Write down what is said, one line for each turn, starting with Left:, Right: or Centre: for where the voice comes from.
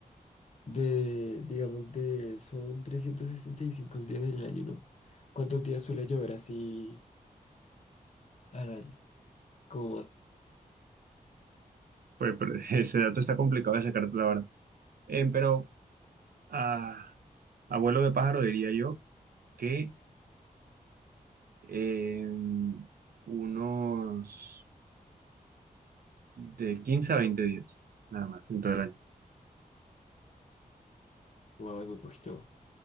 Left: De, digamos, de, son 365 días del año, ¿no? ¿Cuántos días suele llover así al año? Como más-
Right: pues, pero <laughs> ese dato está complicado de sacarte, la verdad. Eh, pero a abuelo de pájaro diría yo que eh, unos de 15 a 20 días, nada más, en todo el año.
Left: wow, es muy poquito.